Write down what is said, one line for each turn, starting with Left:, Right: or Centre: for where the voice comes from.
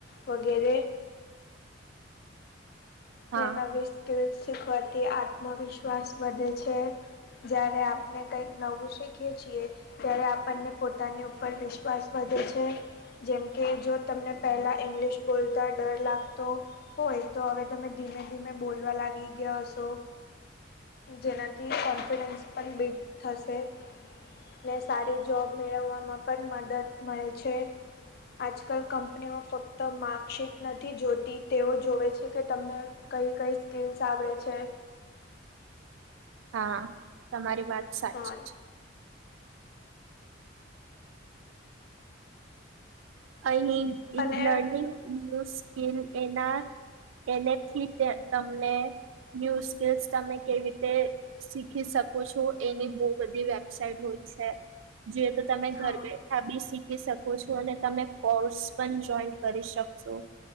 Left: વગેરે
Right: હા
Left: ને નવી સ્કીલ શીખવાથી આત્મવિશ્વાસ વધે છે. જ્યારે આપણે કંઈક નવું શીખીએ છીએ. ત્યારે આપણને પોતાની ઉપર વિશ્વાસ વધે છે. જેમકે જો તમને પહેલા ઇંગ્લિશ બોલતા ડર લાગતો હોય તો હવે તમે ધીમે ધીમે બોલવા લાગી ગયા હશો જેનાથી કોન્ફિડન્સ પણ બિલ્ડ થશે. ને સારી જોબ મેળવવામાં પણ મદદ મળે છે. આજકાલ કંપનીઓ ફક્ત માર્કશીટ નથી જોતી તેઓ જોવે છે. કે તમને કઈ કઈ સ્કીલ્સ આવડે છે.
Right: હા તમારી વાત સાચી
Left: હા
Right: છે. અહી ઈ
Left: અને
Right: લર્નિંગ ન્યુ સ્કીલ એના એનેથી તમને ન્યૂ સ્કીસ તમે કેવી રીતે શીખી શકો છો એની બહુ બધી વેબસાઇટ હોય છે. જે તો તમે
Left: હા
Right: ઘર બેઠા બી શીખી શકો છો અને તમે કોર્સ પણ જોઈન કરી શકશું